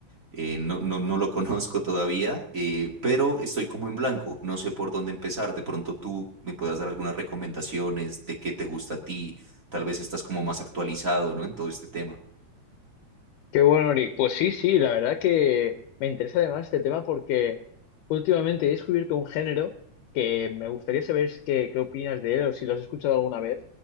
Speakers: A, on the right; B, on the left.
A: eh, no, no, no lo <laughs> conozco todavía, eh, pero estoy como en blanco, no sé por dónde empezar. De pronto tú me puedas dar algunas recomendaciones de qué te gusta a ti, tal vez estás como más actualizado, ¿no? En todo este tema.
B: Qué bueno, Eric. Pues sí, sí, la verdad que me interesa además este tema porque últimamente he descubierto un género que me gustaría saber qué, qué opinas de él o si lo has escuchado alguna vez,